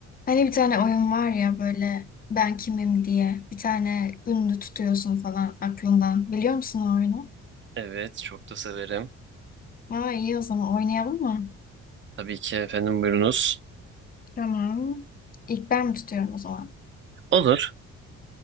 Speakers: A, on the left (about 30°); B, on the right (about 40°).
A: Hani bir tane oyun var ya böyle ben kimim diye bir tane ünlü tutuyorsun falan aklından. Biliyor musun o oyunu?
B: Evet, çok da severim.
A: Aa iyi o zaman oynayalım mı?
B: Tabii ki efendim buyurunuz.
A: Tamam. İlk ben mi tutuyorum o zaman?
B: Olur.